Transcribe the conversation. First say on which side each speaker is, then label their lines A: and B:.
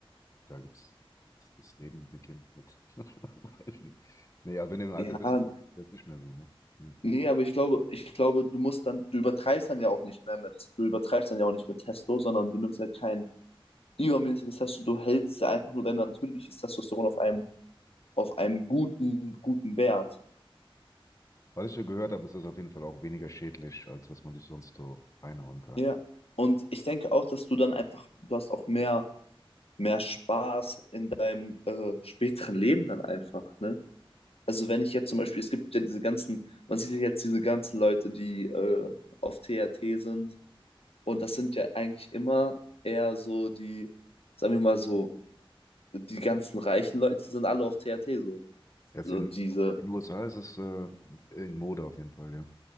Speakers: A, on the left; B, on the left.
A: da gibt's, das, das Leben beginnt mit. <laughs> Weiß ich nicht. Nee, aber wenn du im Alter
B: ja,
A: bist, dann ist das nicht mehr so, ne? Ja.
B: nee, aber ich glaube, ich glaube, du musst dann, du übertreibst dann ja auch nicht mehr mit, du übertreibst dann ja auch nicht mit Testo, sondern du nimmst ja kein übermäßiges Testo, du hältst ja einfach nur dein natürliches Testosteron auf einem, auf einem guten, guten Wert.
A: Was ich ja gehört habe, ist das auf jeden Fall auch weniger schädlich, als was man sich sonst so reinhauen kann.
B: Ja.
A: ne?
B: Und ich denke auch, dass du dann einfach, du hast auch mehr, mehr Spaß in deinem äh, späteren Leben dann einfach, ne? also wenn ich jetzt zum Beispiel, es gibt ja diese ganzen, man sieht ja jetzt diese ganzen Leute, die äh, auf TRT sind. Und das sind ja eigentlich immer eher so die, sagen wir mal so, die ganzen reichen Leute sind alle auf TRT so.
A: Jetzt
B: Also
A: in,
B: diese,
A: in den USA ist es äh, in Mode auf jeden Fall, ja.